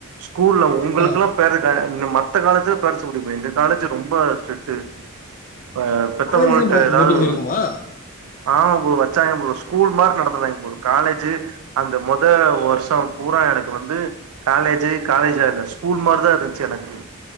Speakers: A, on the right (about 85°); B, on the left (about 40°).
A: ஸ்கூல்ல உங்களுக்கெல்லா
B: ஆ
A: பேரண்ட் அ மத்த காலேஜ்ல பேரண்ட்ஸ் கூட்டிட் போ எங்க காலேஜ் ரொம்ப ஸ்ட்ரிட்டு ஆ பெத்தவுங்கள்ட்ட
B: காலேஜ்ல மே
A: ஏதாவது
B: மீட்டிங் இருக்குமா
A: ஆமா ப்ரோ வச்சாங்க ப்ரோ ஸ்கூல் மாரி நடத்துனாங்க காலேஜ் அந்த மொத வருஷம் பூரா எனக்கு வந்து காலேஜி காலேஜா இல்ல ஸ்கூல் மாரிதா இருந்துச்சு எனக்கு